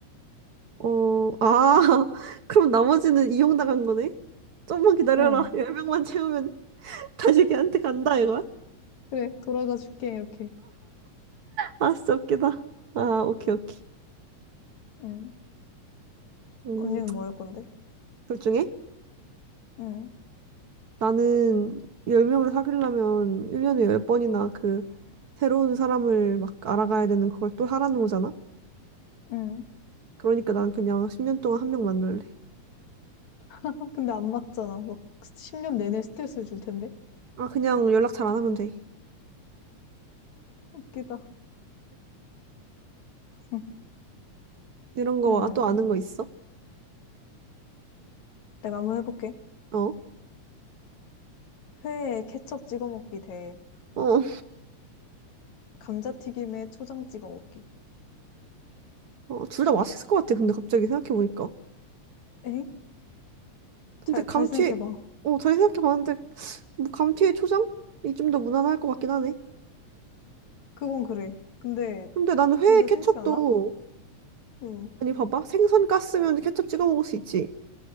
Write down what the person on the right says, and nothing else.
어, 아, <laughs> 그럼 나머지는 이용당한 거네? 좀만 기다려라.
10명만 채우면 <laughs> 다시 걔한테 간다, 이거야?
아, 진짜 웃기다. 아, 오케이, 오케이.
음,
둘 중에?
나는 10명을 사귀려면 1년에 10번이나 그 새로운 사람을 막 알아가야 되는 그걸 또 하라는 거잖아?
그러니까 난 그냥 10년 동안 한 명 만날래.
아, 그냥 연락 잘 안 하면 돼.
이런 거,
아, 또 아는 거 있어?
어?
어,
어, 둘 다 맛있을 것 같아. 근데 갑자기 생각해보니까.
근데
감튀,
어, 다시 생각해봤는데, 뭐 감튀에 초장? 이 좀 더 무난할 것 같긴 하네.
근데 나는 회에
케첩도,
아니, 봐봐. 생선 가스면 케첩 찍어 먹을 수 있지.